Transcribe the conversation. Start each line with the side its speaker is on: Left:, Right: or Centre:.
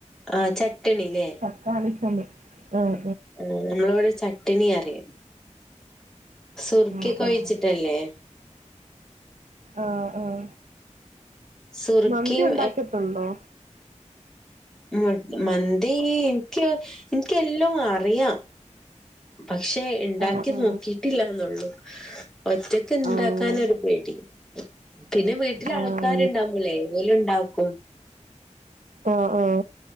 Centre: ആ ച ചട്ടണില്ലേ
Right: തക്കാളി ചമ്മ ആഹ്
Centre: ആ നമ്മളവിടെ ചട്ടണി അറിയണം സുർക്കി
Right: ആഹ്
Centre: കഴിച്ചിട്ടല്ലേ
Right: ആഹ് ആഹ്. ആഹ ആഹ
Centre: സുർക്കിയും
Right: മന്തി ഉണ്ടാക്കിട്ടണ്ടോ
Centre: മ മന്തി എനിക്ക് എനക്ക് എല്ലാം അറിയാം പക്ഷെ ഉണ്ടാക്കി
Right: ആഹ് ആഹ്.
Centre: നോക്കി് ില്ലന്നള്ളു ഒറ്റക്ക് ഉണ്ടാക്കാനൊ
Right: ആഹ്
Centre: ഒരു പേടി പിന്നെ വീട്ടില
Right: ആഹ്
Centre: ആൾക്കാ <unintelligible> ക്കാണ്ടമ്മല്ലേ ഓല ഉണ്ടാക്കും.
Right: ആഹ ആഹ